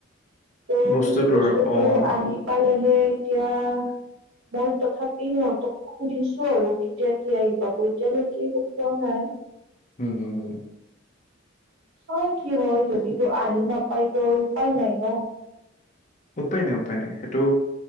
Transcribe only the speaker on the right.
ত
কিন্তু বস্তুটো
আহি পালেহে এতিয়া, মই তথাপি সিহঁতক সুধিছো আৰু কেতিয়া কি আহি পাব, এতিয়ালৈকে একো পোৱা নাই।
চাও কি হয় যদি তো আহি নাপাইতো আৰু উপায় নাই ন।